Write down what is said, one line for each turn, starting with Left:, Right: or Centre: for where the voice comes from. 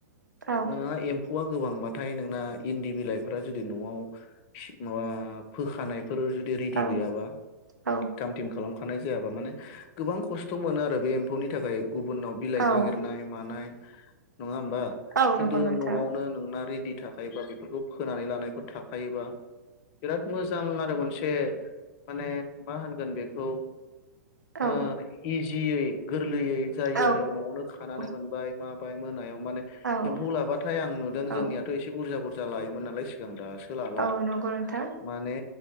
Right: औ
Left: नोंहा एम्फौआ गोबांबाथाय नोंना इन्दि बिलाइफोरा जुदि न'आव माबा फोखानाय <unintelligible> जुदि रेदि
Right: औ
Left: गैयाबा
Right: औ
Left: थाम- थिम खालाम <unintelligible> जायाबा माने गोबां खस्थ' मोनो आरो। बे एम्फौनि थाखाय। गुबुननाव
Right: औ
Left: बिलाइ नागिरनाय मानाय नंङा होमबा।
Right: औ नंगौ
Left: खिन्थु
Right: नोंथां
Left: न'आवनो नोंना रेडि थाखायोबा बेफोरखौ फोनानै लानायफोर थाखायोबा बिराद मोजां आरो, मोनसे माने मा होनगोन बेखौ
Right: औ
Left: ओ इजियै गोरलैयै जायो
Right: औ
Left: आरो, न'आवनो खानानै मोनबाय
Right: औ
Left: <unintelligible> मोनायाव माने
Right: औ
Left: एम्फौ लाबाथाय, आं नुदों
Right: औ
Left: जोंनियाथ' एसे बुरजा -बुरजा लायोमोन नालाय सिगां। दासो सोलाबला
Right: औ नंगौ नोंथां
Left: माने